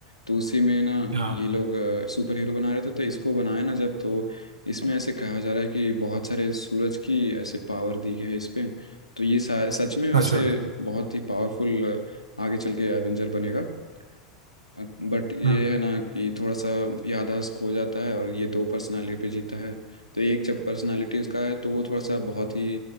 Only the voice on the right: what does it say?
हाँ
अच्छा
हम्म